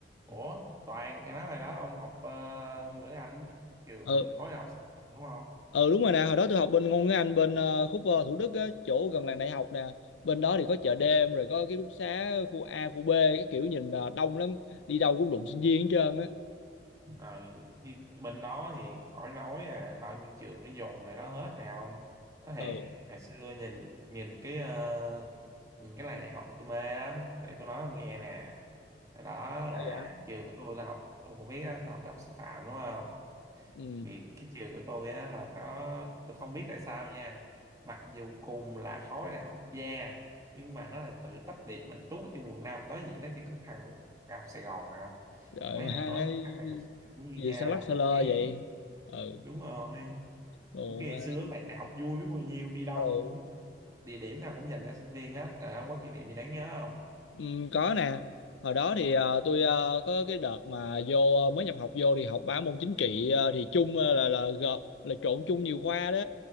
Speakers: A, on the right (about 20°); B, on the left (about 80°).
A: Ủa, Toàn nghe nói rồi đó, ông học ờ, ngôn ngữ Anh trường
B: ừ
A: mình khối này học sư phạm đúng không?
B: ừ đúng rồi nè hồi đó tôi học bên ngôn ngữ Anh bên ờ, khúc ờ, Thủ Đức á chỗ gần làng đại học nè bên đó thì có chợ đêm rồi có ký túc xá khu A khu B cái kiểu nhìn ờ, đông lắm đi đâu cũng đụng sinh viên hết trơn á
A: Ờ, chứ bên đó thì khỏi nói à, bao nhiêu trường nó dồn lại đó hết nè ông. Nó
B: ừ
A: thiệt, hồi xưa nhìn nhìn cái ờ, nhìn cái này này học mà tôi mê lắm. Để tôi nói ông nghe nè. Hồi đó
B: sao
A: là
B: vậy
A: trường của tôi là học, ông cũng biết á, tôi học đại học sư phạm đúng không?
B: ừ
A: thì cái trường của tôi á là nó tôi không biết tại sao nha mặc dù cùng là khối đại học quốc gia nhưng mà nó lại tự tách biệt mình tú ở trên quận 5 đối diện nó chỉ có cái thằng đại học Sài Gòn không
B: rồi
A: mấy
B: mà
A: thằng
B: hai
A: đó với thằng đại học Sài Gòn cũng như
B: gì
A: nhau
B: sao lắc sao lơ
A: khác
B: vậy ừ
A: đúng rồi
B: đồ
A: trong khi ngày
B: mà
A: xưa là đại học vui biết bao nhiêu đi đâu
B: ừ
A: cũng địa điểm nào cũng dành cho sinh viên hết Ờ, ông có kỷ niệm gì đáng nhớ
B: ừ, có nè hồi đó thì ờ, tôi ờ, có cái đợt mà vô ờ, mới nhập học vô thì học ba môn chính trị ờ, thì chung ờ, là là gộp là trộn chung nhiều khoa đó